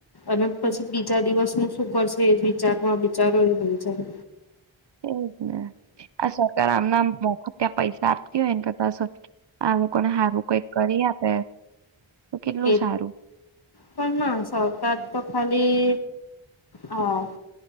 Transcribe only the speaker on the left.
અને પછી
બીજા દિવસનું શું કરશે એ જ વિચારમાં વિચારો એ વિચારે.
એ
પણ ના સરકાર તો ખાલી હા